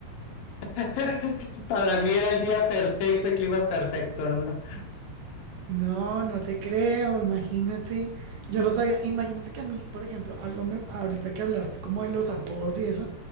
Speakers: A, on the left; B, on the right.
A: <laughs> Para mí era el día perfecto, el clima perfecto, ¿no?
B: No, no te creo, imagínate. Yo no sabía, imagínate que a mí, por ejemplo, algo me, ahorita que hablaste como de los apodos y eso,